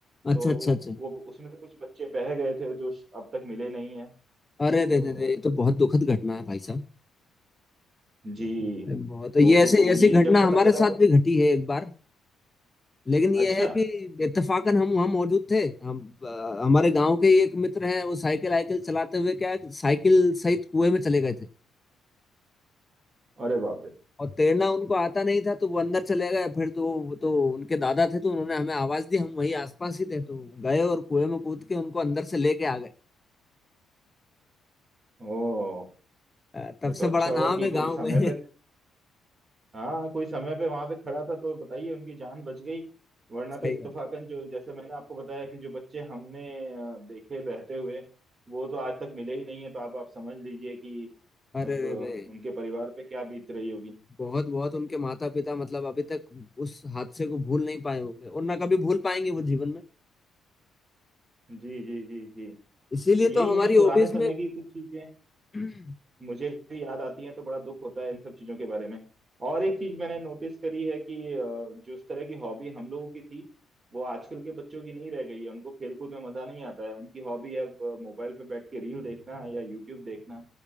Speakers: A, on the left (about 20°); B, on the right (about 35°).
A: अच्छा
B: तो
A: अच्छा अच्छा
B: वो उसमें से कुछ बच्चे बह गए थे जो अब तक मिले नहीं है तो
A: अरे रे रे रे ये तो बहुत दुखद घटना है भाई साहब
B: जी
A: ये बहुत ये
B: तो उस
A: ऐसे
B: वो
A: ऐसी
B: ये
A: घटना
B: जब पता
A: हमारे
B: चला
A: साथ
B: तो
A: भी घटी है एक बार लेकिन ये
B: अच्छा
A: है कि इत्तेफाकन हम वहाँ मौजूद थे हम अ, हमारे गांव के ही एक मित्र हैं वो साइकिल आइकिल चलाते हुए क्या साइकिल सहित कुएं में चले गए थे
B: अरे बाप रे
A: और तैरना उनको आता नहीं था तो वो अंदर चले गए फिर तो वो तो उनके दादा थे तो उन्होंने हमें आवाज दी हम वहीं आसपास ही थे तो गए और कुएं में कूद के उनको अंदर से लेके आ गए
B: ओ
A: अ, तब
B: ये तो
A: से
B: अच्छा
A: बड़ा
B: हुआ
A: नाम
B: कि
A: है गांव
B: कोई समय
A: में
B: पे हाँ कोई समय पे वहां पे खड़ा था तो बताइए उनकी जान बच गई
A: <laughs>
B: वरना
A: सही
B: तो इत्तफाकन
A: बात
B: जो जैसे मैंने आपको बताया कि जो बच्चे हमने अ, देखे बहते हुए वो तो आज तक मिले ही नहीं है तो आप आप समझ लीजिए कि
A: अरे
B: अब
A: रे
B: अ,
A: रे
B: उनके परिवार पे क्या बीत रही होगी
A: बहुत बहुत उनके माता पिता मतलब अभी तक उस हादसे को भूल नहीं पाए होंगे और ना कभी भूल पाएंगे वो जीवन में
B: जी जी जी जी
A: इसीलिए
B: तो यही
A: तो हमारी
B: है पुराने
A: हॉबीज
B: समय
A: में
B: की कुछ चीजें
A: <clears throat>
B: मुझे भी याद आती है तो बड़ा दुख होता है इन सब चीजों के बारे में और एक चीज मैंने नोटिस करी है कि अ, जो इस तरह की हॉबी हम लोगों की थी वो आजकल के बच्चों की नहीं रह गई है उनको खेल कूद में मजा नहीं आता है उनकी हॉबी है मोबाइल पे बैठ के रील देखना या यूट्यूब देखना